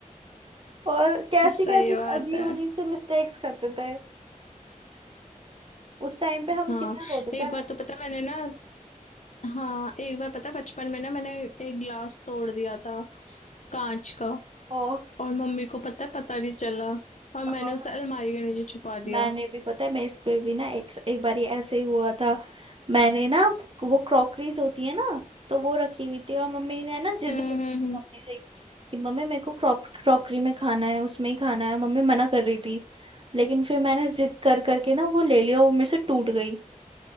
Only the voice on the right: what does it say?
और कैसी
कैसी
अजीब
अजीब से मिस्टेक्स करते थे उस टाइम पे हम
कितना रोते
थे
ओ
<laughs>
मैंने भी पता है मैं इस पे भी ना एक एक बारी ऐसे ही हुआ था मैंने ना वो क्रॉकरीज होती है ना तो वो रखी हुई थी और मम्मी ने है ना जिद
करी
मम्मी से कि मम्मी मेरे को क्रॉप क्रॉकरी में खाना है उसमें ही खाना है मम्मी मना कर रही थी लेकिन फिर मैंने जिद कर करके ना वो ले लिया वो मेरे से टूट गई